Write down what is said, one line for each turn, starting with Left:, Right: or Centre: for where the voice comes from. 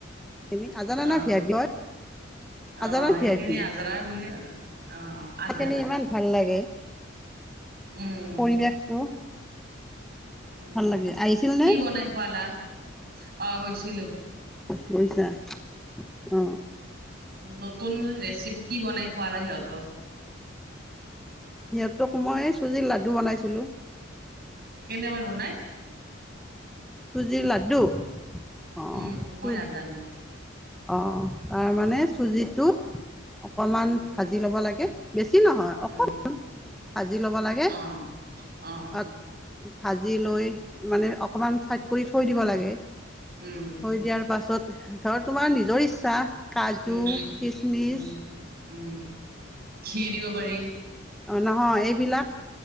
Centre: এ আজানা
Right: অ',
Centre: না ভি আই পি হয়
Right: অ',
Centre: আজানা
Right: সেইখিনি
Centre: ভি আই পি
Right: আজাৰা বুলি অ',
Centre: সখিন
Right: আজাৰা
Centre: ইমান ভাল লাগে।
Right: উম,
Centre: পৰিৱেশটো
Right: উম
Centre: ভাল লাগে আহিছিল নে
Right: কি বনাই খুৱালা? আহ বৈছিলিলো
Centre: পইছা? আ!
Right: নতুন ৰেচিপি কি বনাই খুৱালা সিহঁত
Centre: সিহঁতক মই চুজিত লাডু বনাইছিলো।
Right: কেনেকুৱা বনাই
Centre: চুজিৰ লাড্ডু অ
Right: উম, মই
Centre: চুন
Right: নাজানো
Centre: অ' তাৰমানে চুজিতটো অকমান
Right: উম,
Centre: ভাজি ল'ব লাগে বেছি নহয় অকণমান
Right: উম,
Centre: ভাজি ল'ব লাগে
Right: অ', অ',
Centre: ত ভাজি লৈ মানে অকণমান চাই কৰি থৈ দিব লাগে। থ
Right: উম,
Centre: দিয়াৰ পাছত ধত তোমাৰ নিজৰ ইচ্ছা কাজু
Right: উম,
Centre: খিচমিচ
Right: উম, উম ঘি দিব পাৰি
Centre: অ নহয় এই এইবিলাক